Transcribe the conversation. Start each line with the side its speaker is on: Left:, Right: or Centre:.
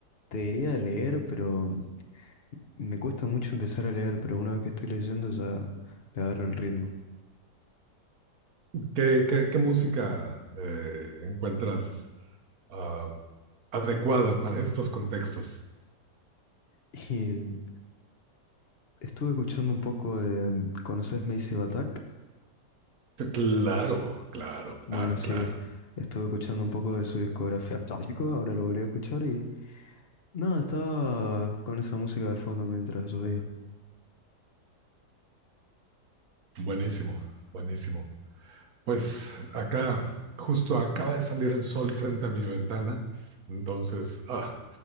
Left: Te diría leer, pero mm, me cuesta mucho empezar a leer, pero una vez que estoy leyendo ya le agarro el ritmo.
Right: ¿Qué, qué, qué música
Left: <laughs>
Right: eh, encuentras ah, adecuada para estos contextos?
Left: y Estuve escuchando un poco de... ¿Conoces Massive Attack?
Right: Sí, Claro, claro,
Left: Bueno,
Right: claro,
Left: sí,
Right: claro.
Left: estuve escuchando un poco de su discografía. chico, Ahora lo volví a escuchar y... Nada, estaba con esa música de fondo mientras llovía.
Right: Buenísimo, buenísimo. Pues acá justo acaba de salir el sol frente a mi ventana, entonces, ah,